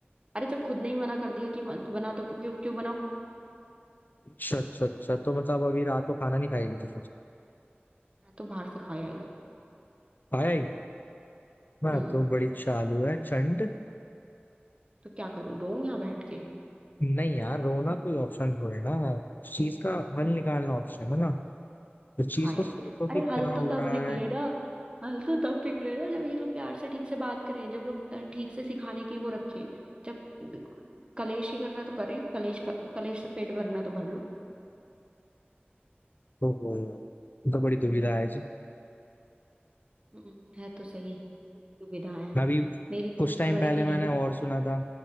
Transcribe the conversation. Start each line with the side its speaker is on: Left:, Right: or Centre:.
Right: अरे जब खुद ने ही मना कर दिया कि मत बना तो क्यों क्यों क्यों
Left: अच्छा अच्छा अच्छा तो मतलब अभी रात को खाना नहीं खाएगी तो
Right: मैं तो बाहर से खाया ही
Left: खाया ही मैं
Right: हम्म
Left: तो बड़ी चालू है चंड
Right: तो क्या करूँ रोऊं यहाँ बैठ के
Left: नहीं यार रोना कोई ऑप्शन थोड़ी ना उस चीज का हल
Right: हाँ
Left: निकालना
Right: तो
Left: ऑप्शन है ना उस चीज
Right: खाया
Left: को सोचो
Right: ही
Left: कि
Right: अरे
Left: क्या
Right: हल
Left: हो
Right: तो तब
Left: रहा
Right: निकलेगा
Left: है
Right: हल तो तब निकलेगा जब ये लोग प्यार से ठीक से बात करें जब लोग अ, ठीक से सिखाने की वो रखें जब कलेश ही करना है तो करें कलेश कलेश से पेट भरना है तो भर लो
Left: तो वो यार तो बड़ी दुविधा है जी <clears throat>
Right: हम्म, है तो सही दुविधाएं हैं।
Left: अभी
Right: मेरी
Left: कुछ
Right: सबसे
Left: टाइम
Right: बड़ी
Left: पहले
Right: तो यही
Left: मैंने और सुना था